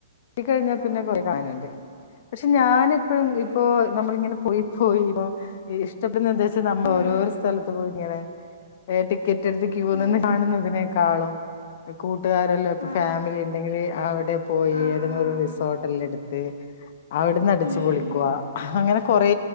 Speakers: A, on the left; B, on the left.
A: പോയി കഴിഞ്ഞാപ്പിന്നെ
B: ആഹ്
A: കൊറേ കാണാനുണ്ട് പക്ഷെ ഞാന് ഇപ്പഴും
B: ഉം ഉം
A: ഇപ്പോ-
B: ഉം ഉം
A: നമ്മളിങ്ങനെ പൊയി പോയി ഇപ്പ ഇഷ്ടത്തിന് എന്താ വെച്ചാ നമ്മള്
B: ഉം
A: ഓരോരോ സ്ഥലത്ത് പോയി ഇങ്ങനെ- ഏയെ ടിക്കറ്റ് എടുത്ത് ക്യൂ
B: ഉം
A: നിന്ന് കാണുന്നതിനേക്കാളും- കൂട്ടുകാരല്ലോ ഇപ്പൊ
B: ആഹ്
A: ഫാമിലി ഇണ്ടെങ്കിൽ അവിടെ പോയി-
B: ആഹ്
A: തിന്
B: ആഹ്
A: ഒരു
B: ആഹ്
A: റിസോർട്ട് എല്ലാം എടുത്ത്- അവിടുന്ന് അടിച്ച്
B: ഉം
A: പൊളിക്കുവാ
B: ഉം
A: അങ്ങനെ കൊറേ